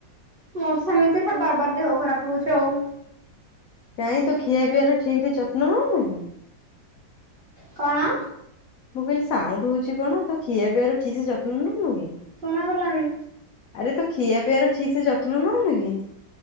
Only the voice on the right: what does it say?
ମୋର ତ ସେମିତି ବାର୍-ବାର୍ ଦେହ ଖରାପ୍ ହଉଚି ଆଉ।
କଣ?
ଶୁଣାଗଲାନି